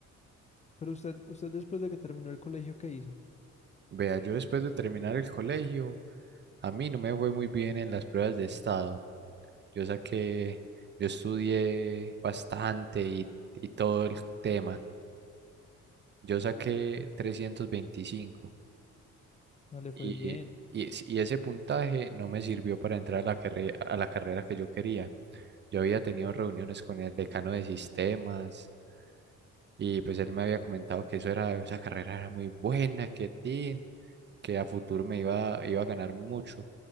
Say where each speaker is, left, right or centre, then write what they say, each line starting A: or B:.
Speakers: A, on the left; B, on the right.
A: Pero usted, usted después de que terminó el colegio, ¿qué hizo?
B: Vea, yo después de terminar el colegio. A mí no me fue muy bien en las pruebas de estado. Yo saqué, yo estudié bastante y, y todo el tema. Yo saqué 325
A: No le fue
B: y,
A: bien.
B: y, es- y ese puntaje no me sirvió para entrar a la carrera, a la carrera que yo quería. Yo había tenido reuniones con el decano de sistemas y pues él me había comentado que eso era, esa carrera era muy buena, que tin, que a futuro me iba, iba a ganar mucho,